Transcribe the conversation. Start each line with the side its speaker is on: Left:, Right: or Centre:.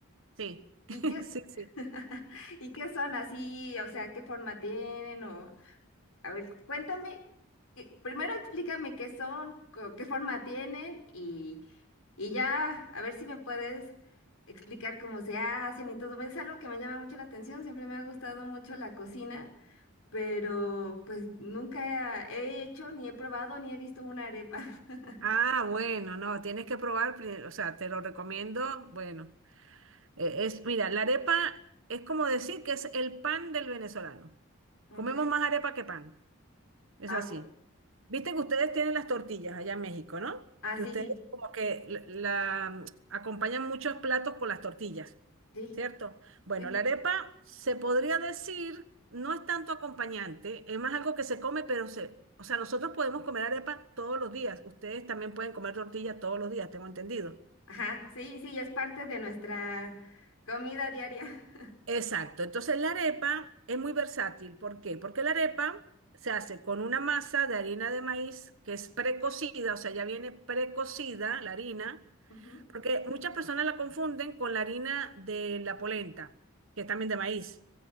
Right: Sí, <laughs>
Left: ¿Y qué?
Right: sí, sí.
Left: <laughs> ¿Y qué son así? O sea, ¿qué forma tienen? O... A ver, cuéntame, eh, primero explícame qué son, co- qué forma tienen y, y ya a ver si me puedes explicar cómo se hacen y todo. Es algo que me llama mucho la atención, siempre me ha gustado mucho la cocina, pero pues nunca he hecho, ni he probado, ni he visto una arepa. <laughs>
Right: Ah, bueno, no, tienes que probar, pri- o sea, te lo recomiendo. Bueno, eh, es, mira, la arepa es como decir que es el pan del venezolano.
Left: Ok.
Right: Comemos más arepa que pan, es
Left: Ah,
Right: así.
Left: ok.
Right: Viste que ustedes tienen las tortillas allá en México, ¿no?
Left: Ah,
Right: Que
Left: sí,
Right: ustedes
Left: sí,
Right: como que la, la- acompañan muchos platos con las tortillas,
Left: sí,
Right: ¿cierto? Bueno,
Left: sí, sí.
Right: la arepa se podría decir, no es tanto acompañante, es más algo que se come, pero se, o sea, nosotros podemos comer arepa todos los días, ustedes también pueden comer tortilla todos los días, tengo entendido.
Left: Ajá, sí, sí, ya es parte de nuestra comida diaria.
Right: Exacto, entonces la arepa es muy versátil, ¿por qué? Porque la arepa se hace con una masa de harina de maíz que es precocida, o sea, ya viene precocida la harina
Left: <laughs> Ujú.
Right: Porque muchas personas la confunden con la harina de la polenta, que es también de maíz.